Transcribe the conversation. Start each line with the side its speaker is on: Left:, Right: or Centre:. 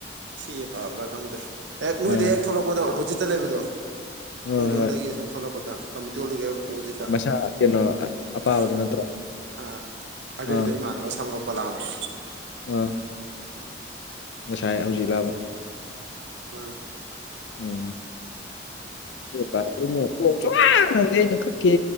Right: ꯁꯤ ꯄꯥꯕ꯭ꯔꯥ ꯈꯪꯗꯦ ꯍꯦꯛ ꯅꯣꯏꯗ
Left: ꯑ
Right: ꯍꯦꯛ ꯊꯣꯛꯂꯛꯄꯗꯣ ꯑꯣꯄꯣꯖꯤꯠꯇ ꯂꯩꯕꯗꯣ
Left: ꯍꯣꯏ
Right: ꯅꯣꯏꯗꯣꯝꯗꯗꯒꯤ
Left: ꯍꯣꯏ
Right: ꯑꯁꯣꯝ ꯊꯣꯂꯛꯀꯣꯇ ꯐꯝ <unintelligible> ꯎꯖꯤꯠꯇ
Left: ꯃꯁꯥ ꯀꯩꯅꯣ ꯑꯄꯥꯕꯗꯣ
Right: ꯑ
Left: ꯅꯠꯇ꯭ꯔꯣ
Right: ꯑ ꯑꯗꯨꯏꯗ
Left: ꯑꯥ
Right: ꯏꯃꯥꯟꯅꯕ ꯁꯝ ꯀꯠꯄ ꯂꯥꯛꯑꯝꯕ
Left: ꯑꯥ ꯉꯁꯥꯏ ꯍꯧꯖꯤꯛ ꯂꯥꯕ
Right: ꯎꯝ
Left: ꯎꯝ ꯑꯗꯨꯏ ꯊꯣꯡꯁꯨꯛꯍꯥꯡ ꯍꯥꯡꯗꯦ ꯑꯩꯅ ꯀꯛꯀꯦ